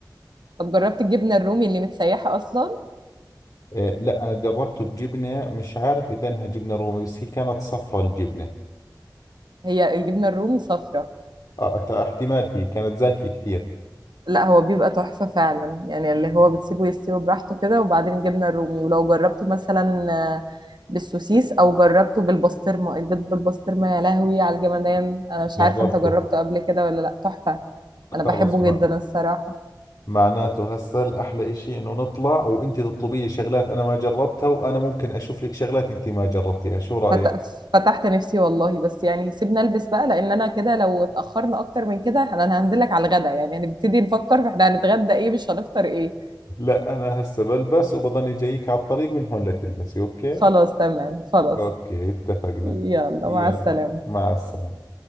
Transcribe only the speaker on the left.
آه، لا أنا جربته بجبنة مش عارف إذا إنها جبنة رومي بس هي كانت صفرة الجبنة
آه تا- احتمال هي كانت زاكية كثير
جربته
خلص
ما
معناته هسه الأحلى إشي إنه نطلع وأنت تطلبي لي شغلات أنا ما جربتها وأنا ممكن أشوف لك شغلات أنت ما جربتيها شو رأيك؟
لا أنا هسه بلبس وبظني جايك على الطريق من هون لتلبسي أوكي؟
أوكي اتفقنا
يلا
مع السلامة